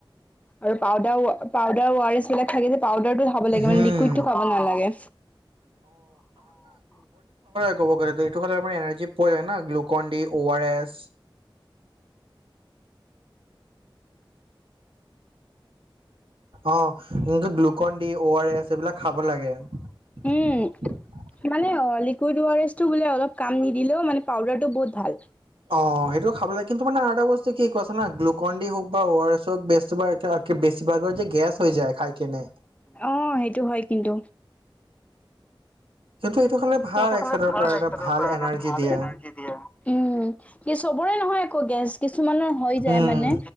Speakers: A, on the left; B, on the right.
A: আৰু পাউদাৰ পাউদাৰ ৱাৰিছ বিলাক থাকে যে। পাউডাৰটো খাব লাগে
B: হম
A: মে লিকুইডটো খাব নালাগে
B: 'ব গালাৰ এনাৰ্জি পোৱা যায় ন গ্লুকন ডি আৰ এছ। অ এনেকে Glucon D O R S এইবিলাক খাব লাগে।
A: উম
B: <unintelligible>
A: মানে অ লিকুইড অ আৰ এছ টো বোলে অলপ কাম নিদিলেও মানে পাউদাৰটো বহুত ভাল।
B: অ সেইটো খাব লাগে কিন্তু মানে আ এটা বস্তু কি কছা গ্লুকন দি হওক বা ৱ হক বে্ত বেছভাগৰ যে গেছ হৈ যায় খাই কেনে
A: অ সেইটো হয় কিন্তু।
B: কিন্তু এইটো খালে ভাল
A: সেইটো
B: এক
A: খালে
B: চাইডৰ
A: ভাল
B: পৰা এটা
A: একচুৱেলী
B: ভাল এনাৰ্জি
A: ভাল
B: দিয়ে
A: এনাৰ্জি এটা দিয়ে। উম কি চবৰে নহয় আকৌ গেছ কিছুমানৰ হৈ যায়
B: উম
A: মানে